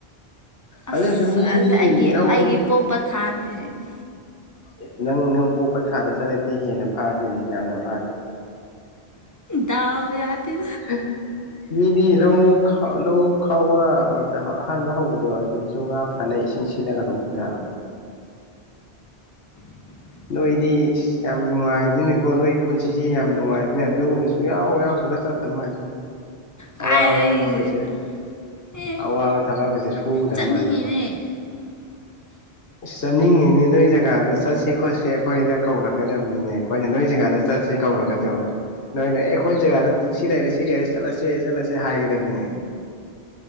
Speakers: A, on the left (about 65°); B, on the left (about 20°).
A: ꯑꯗꯨꯁꯨ
B: ꯑꯁ
A: ꯃꯤꯗꯤ
B: ꯑꯗꯨꯗꯤ ꯑꯩꯒꯤ
A: ꯂꯧ
B: ꯑꯩꯒꯤ ꯄꯣꯛꯄ ꯄꯊꯥꯅꯤꯅꯦ
A: ꯑꯦ ꯅꯪ ꯅꯪ ꯄꯣꯛꯄ ꯊꯥꯗ ꯆꯠꯂꯗꯤ ꯍꯦꯟꯅ ꯐꯥꯗꯣꯏꯅꯤꯅ ꯌꯥꯝ ꯐꯥꯗꯣꯏꯅꯦ
B: ꯗꯥꯎ ꯌꯥꯗꯦ
A: <unintelligible> ꯃꯤꯗꯤ ꯂꯧ ꯈꯥꯎ ꯂꯧ ꯈꯥꯎꯕ ꯃꯇꯝ ꯑꯍꯥꯟꯕ ꯍꯧꯕꯗꯣ ꯑꯗꯨꯗꯁꯨ ꯉꯥ ꯐꯥꯅꯩ ꯏꯁꯤꯡ ꯁꯤꯜꯂꯒ ꯂꯧꯕꯨꯛꯗ
B: <inaudible>
A: ꯅꯣꯏꯗꯤ ꯏꯁ ꯌꯥꯝ ꯅꯨꯡꯉꯥꯏꯕꯅꯤꯅꯀꯣ ꯅꯣꯏ ꯄꯨꯟꯁꯤꯁꯤ ꯌꯥꯝ ꯅꯨꯡꯉꯥꯏꯕꯅꯤ ꯑꯗꯨꯒꯨꯝꯕ ꯁꯨꯡꯌꯥꯎ ꯌꯥꯎ ꯁꯨꯡ ꯆꯠ ꯆ ꯆꯠꯇꯕ ꯃꯥꯥꯟꯅ
B: ꯀꯥꯏꯗꯒꯤ
A: ꯑꯋꯥꯕ ꯊꯕꯛ ꯑꯁꯦ
B: ꯑꯦ
A: ꯑꯋꯥꯕ ꯊꯕꯛꯀꯁꯦ ꯁꯨꯗꯕ
B: ꯆꯠꯅꯤꯡꯉꯤꯅꯦ
A: ꯃꯥꯜꯂꯦꯕ
B: <inaudible>
A: ꯑꯁ ꯆꯠꯅꯤꯡꯉꯤꯅꯦ ꯅꯣꯏ ꯖꯒꯥꯗ ꯆꯠꯁꯤ ꯈꯣꯠꯁꯤ ꯑꯩꯈꯣꯏꯗ ꯀꯧꯔꯛꯀꯗꯕꯅꯤꯅꯦ ꯑꯩꯈꯣꯏꯅ ꯅꯣꯏ ꯖꯒꯥꯗ ꯆꯠ ꯁꯤ ꯀꯧꯔꯛꯒꯗꯣ ꯅꯣꯏꯅ ꯑꯦ ꯑꯩꯈꯣꯏ ꯖꯒꯥꯗ ꯁꯤ ꯂꯩꯔꯦ ꯁꯤ ꯂꯩꯔꯦ ꯆꯠꯂꯁꯤ ꯁꯦ ꯆꯠꯂꯁꯦ ꯍꯥꯏꯒꯗꯕꯅꯦ